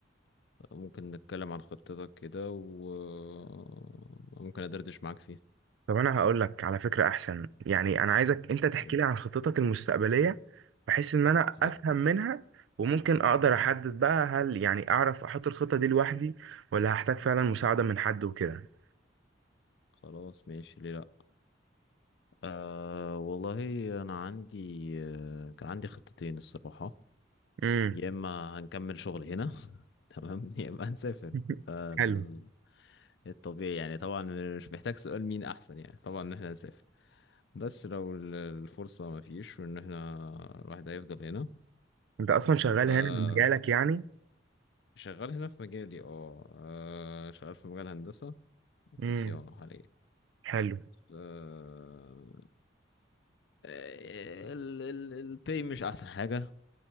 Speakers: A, on the left (about 60°); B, on the right (about 75°).
A: ممكن نتكلم عن خطتك كده وممكن ادردش معاك فيها
B: طب انا هقول لك على فكرة احسن يعني انا عايزك انت تحكي
A: قول
B: لي عن خطتك المستقبلية بحيث ان انا
A: حلو
B: افهم منها وممكن اقدر احدد بقى هل يعني اعرف احط الخطة دي لوحدي ولا هحتاج فعلا مساعدة من حد وكده
A: خلاص ماشي ليه لا آه والله انا عندي آه كان عندي خطتين الصراحة
B: امم
A: يا اما هنكمل شغل هنا <laughs> تمام يا اما هنسافر
B: <laughs>
A: ده ال-
B: حلو
A: الطبيعي يعني طبعا مش محتاج سؤال مين احسن يعني طبعا ان احنا نسافر بس لو ال- الفرصة ما فيش وان احنا الواحد هيفضل هنا
B: انت اصلا شغال
A: آه،
B: هنا في مجالك يعني
A: شغال هنا في مجالي اه آه، شغال في مجال هندسة في
B: امم
A: صيانة حاليا
B: حلو
A: ف- آه، ال ال الباي مش أحسن حاجة